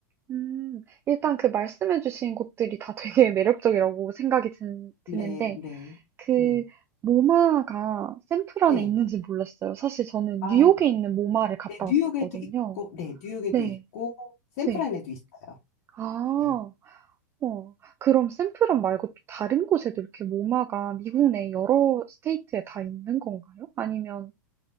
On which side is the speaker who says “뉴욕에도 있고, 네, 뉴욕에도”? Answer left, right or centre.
Left